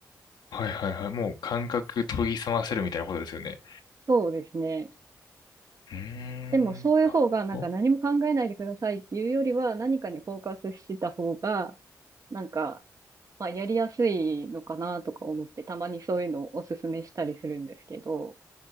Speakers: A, on the left (about 85°); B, on the right (about 50°).
A: はいはいはい。もう感覚研ぎ澄ませるみたいなことですよね。
B: そうですね。
A: うーん、
B: でも、そういう方が、
A: なるほど。
B: なんか何も考えないでくださいっていうよりは、何かにフォーカスしてた方が、なんか、まあ、やりやすいのかなとか思って、たまにそういうのをおすすめしたりするんですけど、